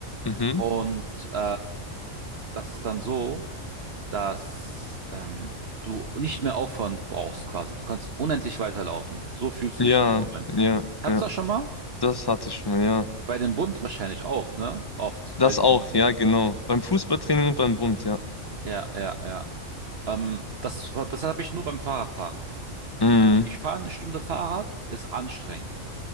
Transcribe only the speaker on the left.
Mhm.
Ja.
Ja.
Ja.
Das hatte ich schon mal, ja.
Das
auch, ja, genau. Beim Fußballtraining und beim Bund, ja.
Mhm.